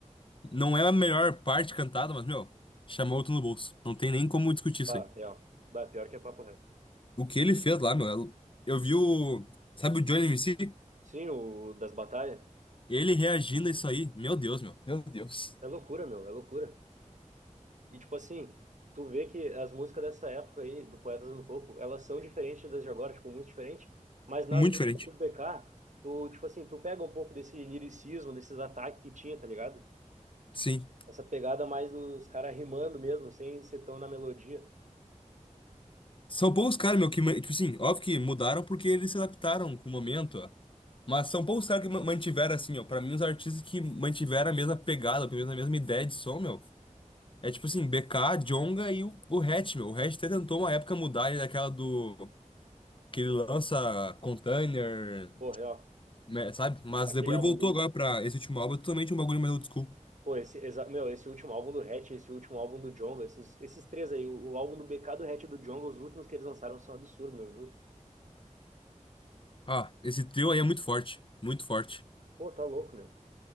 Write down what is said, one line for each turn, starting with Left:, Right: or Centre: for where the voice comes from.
Left: Não é a melhor parte cantada, mas, meu, chamou outro no bolso. Não tem nem como discutir isso
Right: Bah,
Left: aí.
Right: real. Bah, pior que é papo reto.
Left: O que ele fez lá, meu. Eu vi o. Sabe o Johnny MC?
Right: Sim, o das batalhas.
Left: Ele reagindo a isso aí. Meu Deus, meu. Meu Deus.
Right: É loucura, meu, é loucura. E, tipo assim, tu vê que as músicas dessa época aí, do Poetas no Topo, elas são diferentes das de agora, tipo, muito diferentes. Mas nas
Left: Muito
Right: músicas
Left: diferente.
Right: do BK, tu, tipo assim, tu pega um pouco desse liricismo, desses ataques que tinha, tá ligado?
Left: Sim.
Right: Essa pegada mais dos caras rimando mesmo, sem ser tão na melodia.
Left: São poucos caras, meu, que, ma- tipo assim, óbvio que mudaram porque eles se adaptaram com o momento, ó. Mas são poucos caras que ma- mantiveram, assim, ó. Pra mim, os artistas que mantiveram a mesma pegada, pelo menos a mesma ideia de som, meu. É tipo assim, BK, Djonga e o, o Hatch, meu. O Hatch até tentou uma época mudar ele daquela do. Que ele lança container,
Right: Pô, real.
Left: né, sabe? Mas
Right: Aquele
Left: depois
Right: álbum
Left: ele voltou
Right: dele,
Left: agora
Right: né?
Left: pra esse último álbum, é totalmente um bagulho mais old school.
Right: Pô, esse, exa- meu, esse último álbum do Hatch, esse último álbum do Djonga, esses, esses três aí, o, o álbum do BK, do Hatch e do Djonga, os últimos que eles lançaram são absurdos, meu, eu juro.
Left: Ah, esse trio aí é muito forte, muito forte.
Right: Pô, tá louco, meu.